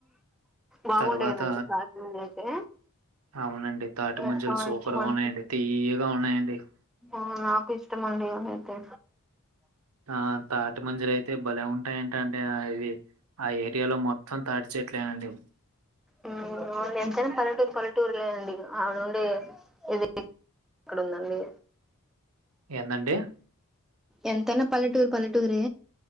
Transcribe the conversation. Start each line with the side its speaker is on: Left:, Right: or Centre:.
Centre: బాగుంటాయి
Right: తర్వాత
Centre: కదండి కాశ్మీర్ అయితే
Right: అవునండి తాటి
Centre: నాకు
Right: మంజులు
Centre: చాలా
Right: సూపర్
Centre: ఇష్టం
Right: గా
Centre: అండి
Right: ఉన్నాయండి తీయగా ఉన్నాయండి ంటడి
Centre: ఆ నాకు ఇష్టమండి అయితే
Right: ఆ తాట మంజులయితే భలే ఉంటాయడి ఏంటంటే ఇది ఆ ఏరియాలో మొత్తం తాడిచట్లేనండి
Centre: వు ఎంతైనా పల్లెటూరు పల్లెటూరులే అండి ఆవిడ నుండిది అక్కడ ఉందండి
Right: ఏందండి
Centre: ఎంతైనా పల్లె ఊరు పలెటూరు